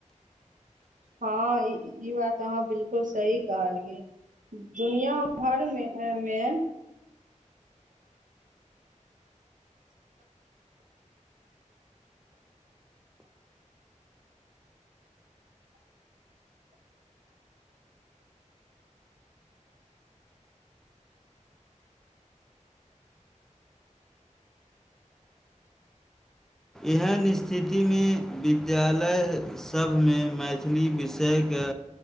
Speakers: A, on the right; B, in the centre.
A: हँ ई बात अहाँ! 'बिलकुल' सही कहलियै। दुनिया भरमे मे
B: एहन स्थितिमे, विद्यालय सभ मे मैथिली विषयके